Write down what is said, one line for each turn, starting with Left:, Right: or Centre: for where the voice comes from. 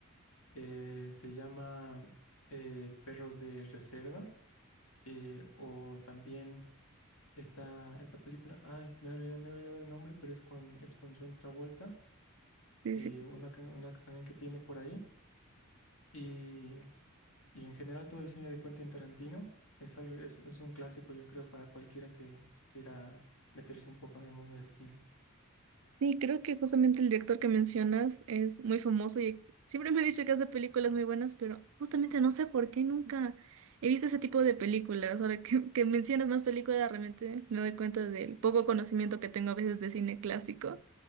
Left: eh, se llama eh, Perros de Reserva eh, o también esta, esta película, ay, me olvidé, me he olvidado el nombre, pero es con, es con John Travolta,
Right: Sí,
Left: eh,
Right: sí,
Left: una, ca- una también que tiene por ahí. Y, y en general todo el cine de Quentin Tarantino es algo, es, es un clásico, yo creo, para cualquiera que quiera meterse un poco en el mundo del cine.
Right: Sí, creo que justamente el director que mencionas es muy famoso y siempre me ha dicho que hace películas muy buenas, pero justamente no sé por qué nunca he visto ese tipo de películas. Ahora que, que mencionas más películas, realmente me doy cuenta del poco conocimiento que tengo a veces de cine clásico.